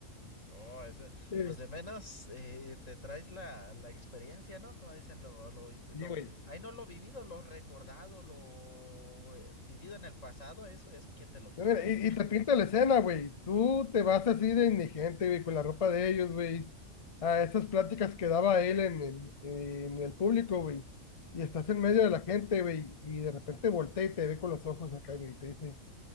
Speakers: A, on the left; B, on the left.
A: no, eso,
B: Sí,
A: pues de menos eh, te traes la, la experiencia, ¿no? Como dicen, lo, lo, vi- lo,
B: sí, güey.
A: ahí no lo vivido, lo recordado, lo eh, vivido en el pasado, eso, eso, ¿quién te lo quita?
B: No, mira, Y, y te pinta la escena, güey. Tú te vas así de indigente, güey, con la ropa de ellos, güey. A esas pláticas que daba él en, en- en el público, güey. Y estás en medio de la gente, güey. Y de repente voltea y te ve con los ojos acá, güey. Y te dice,